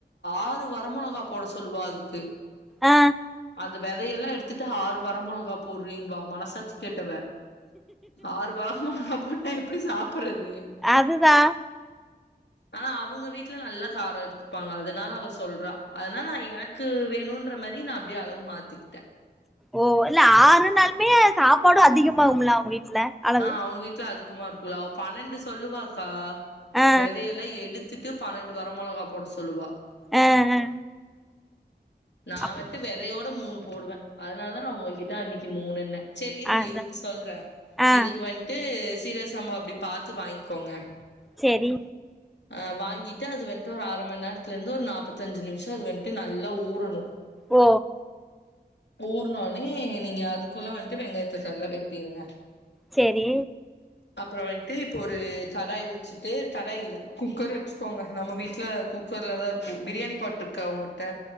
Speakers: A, on the left; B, in the centre.
A: ஆறு வர மொளகா போட சொல்லுவா அதுக்கு
B: ஆ
A: அந்த வெதையெல்லா எடுத்துட்டு ஆறு வர மொளகா போட்றீன்வா மனசாட்சி கேட்டவ ஆறு வரமொளகா போட்டா எப்டி சாப்பறது
B: அதுதா
A: ஆனா அவுங்க வீட்ல நல்லா காரோ த்துப்பாங்க அதனால அவ சொல்றா அதனால நா எனக்கு வேணுன்ற மாரி நா அப்டியே அளவு மாத்திகிட்ட
B: ஓ இல்ல ஆறுனாலுமே சாப்பாடு அதிகமாகுமல்ல அவுங்க வீட்ல அளவு
A: ஆ அவுங்க வீட்ல அதிகமா இருக்குல்ல அவ பன்னெண்டு சொல்லுவாக்கா
B: ஆ
A: விதையெல்லா எடு த்துட்டு பன்னெண்டு வர மொளகா போட சொல்லுவா
B: ஆ ஆ
A: நா
B: அப்
A: வந்துட்டு வெதையோட மூணு போடுவ அதனால தா நா உங்ககிட்ட அன்னைக்கி மூணுன்ன செரி இருங்க
B: அதா
A: இதுக்கு சொல்ற
B: ஆ
A: இதுக்கு வந்ட்டு சீரக சம்பா அப்டி பாத்து வாங்கிக்கோங்க
B: செரி
A: ஆ வாங்கிட்டு அது வந்ட்டு ஒரு அர மண்நேரத்துலருந்து ஒரு நாப்பத்தஞ்சு நிமிஷ அது வந்ட்டு நல்லா ஊறணு
B: ஓ
A: ஊறுனோன்னே நீங்க அதுக்குள்ள வந்ட்டு வெங்காயத்த சால்லா வெட்டிருங்க
B: செரி
A: அப்றம் வந்ட்டு இப்போ ஒரு கடாய் வச்சுட்டு கடாய் இல்ல குக்கர் வச்சுக்கோங்க நம்ம வீட்ல குக் கர்ல தா இருக்கு பிரியாணி பாட் இருக்கா உங்கிட்ட